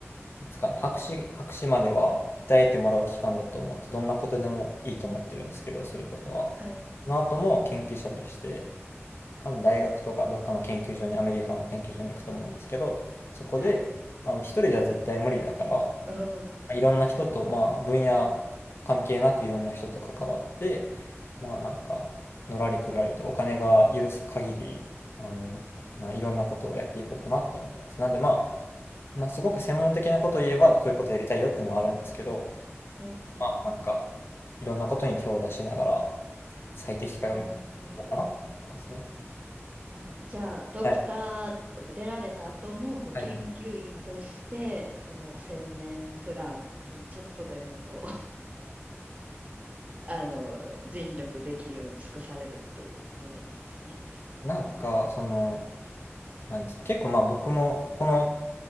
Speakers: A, on the left; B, on the right.
A: いつかな、博士、博士までは鍛えてもらう期間だと思って、どんなことでもいいと思ってるんですけど、することは。
B: はい、
A: その後も研究者として、多分大学とかどっかの研究所に、アメリカの研究所に行くと思うんですけど、そこで、
B: はい。
A: まあの、一人では絶対無理だから、
B: うんうん
A: いろんな人と、まあ、分野関係なくいろんな人と関わって、まあ、なんか、のらりくらりとお金が許す限り、あの、な、いろんなことをやっていこうかなって思ってます。なんで、まあ、まあ、すごく専門的なことを言えば、こういうことやりたいよっていうのはあるんですけど、
B: うん
A: まあ、なんか、いろんなことに手を出しながら、最適解を見ていこうかなって思ってますね。
B: なるほど。なるほど。じゃあ、ドクター出られた後も、
A: はい。
B: こう、
A: はいはい
B: 研究員として、その千年プランにちょっとでもこうあの、尽力できるように尽くされるっていうことなんですね。
A: なんか、その、なんですか、結構まあ僕も、この